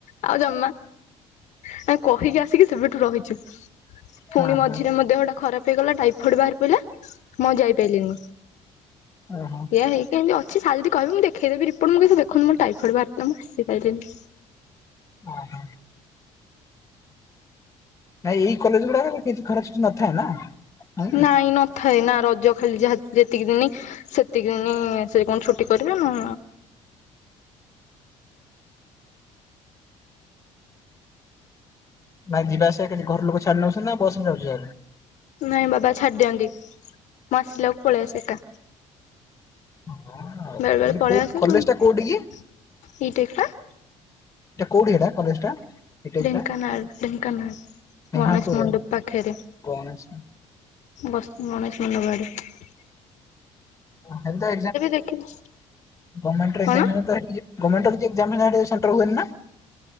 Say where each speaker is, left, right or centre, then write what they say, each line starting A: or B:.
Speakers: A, on the left; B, on the left.
A: ଆଉ ଜମା ଆମେ କହିକି ଆସିକି ସେବେଠୁ ରହିଚୁ। ଫୁଣି
B: ହଁ
A: ମଝିରେ
B: ହଁ
A: ମୋ ଦେହଟା ଖରାପ ହେଇଗଲା ଟାଇଫଏଡ୍ ବାହାରି ପଡ଼ିଲା। ମୁଁ ଆଉ ଯାଇପାଇଲିନି।
B: ଓହଁ
A: ଏଇଆ ହେଇକି ଏମତି ଅଛି ସାର ଯଦି କିହିବେ ମୁଁ ଦେଖେଇଦେବି ରିପୋର୍ଟ ମୁଁ କହିବି ସେ ଦେଖନ୍ତୁ ମୋ ଟାଇଫଏଡ୍ ଭାରଥିଲା ମୁଁ ଆସିପାଇଲିନି।
B: ଓ ହୋ। ନାଇଁ ଏଇ କଲେଜ ଗୁଡାକରେ କିଛି ଖରା ଛୁଟି ନଥାଏ ନା। ହଁ
A: ନାଇଁ ନଥାଏ ନା ରଜ ଖାଲି ଯାହା ଯେତିକି ଦିନ। ସେତିକିିନ ସେ କଣ ଛୁଟି କରିବ ନା।
B: ନା ଯିବା ଆସିବା କି ଘର ଲୋକ ଛାଡି ନେଛନ୍ତି ନା ବସ ଯାଉଛ ଆ।
A: ନାଇଁ ବାବା ଛାଡି ଦିଅନ୍ତି ମୁଁ ଆସିଲାକୁ ପଳେଇବା ସେ ଏକା।
B: ହଁ
A: ବାର ବଳେ
B: ଏଠି
A: ପରେଳେ
B: କୋଉ
A: ଆସେ
B: କଲେଜ ଟା କୋଉଠି କି
A: ଇଟେଖା।
B: ଏଇଟ କଉଡିଆଟା କଲେଜ ଟା। ବିଟେକ୍
A: ଢେଙ୍କାନାଳ
B: ଟା
A: ଢେଙ୍କାନାଳ
B: ଢେଙ୍କାନାଳ
A: ଗଣେଶ
B: କୋଉ
A: ମଣ୍ଡପ
B: ଜାଗା?
A: ପାଖେରେ।
B: କଣ ସେ
A: ବସ୍ତ ଗଣେଶ ମୁଣ୍ଡବାଡ଼ିୀ।
B: ଲେ ବା
A: ଦେଖିବେ
B: ଗଭଣ୍ମେଣ୍ରକ୍ାମ
A: କଣ
B: ସେଣ୍ର ହୁଏ ନା।